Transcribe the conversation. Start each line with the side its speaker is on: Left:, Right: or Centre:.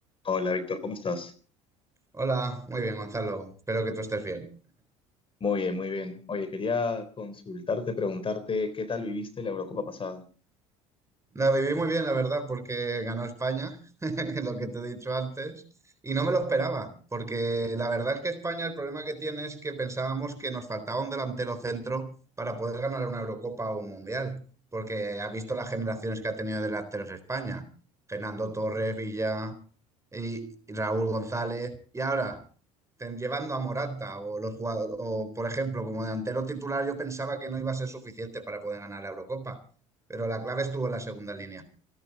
Left: Hola Víctor, ¿cómo estás?
Right: Hola, muy bien, Gonzalo. Espero que tú estés bien.
Left: Muy bien, muy bien. Oye, quería consultarte, preguntarte qué tal viviste la Eurocopa pasada.
Right: La viví muy bien, la verdad, porque ganó España, <laughs> lo que te he dicho antes, y no me lo esperaba, porque la verdad es que España el problema que tiene es que pensábamos que nos faltaba un delantero centro para poder ganar una Eurocopa o un Mundial, porque ha visto las generaciones que ha tenido de delanteros España, Fernando Torres, Villa y y Raúl González, y ahora ten- llevando a Morata o los jugadores, o por ejemplo, como delantero titular, yo pensaba que no iba a ser suficiente para poder ganar la Eurocopa. Pero la clave estuvo en la segunda línea.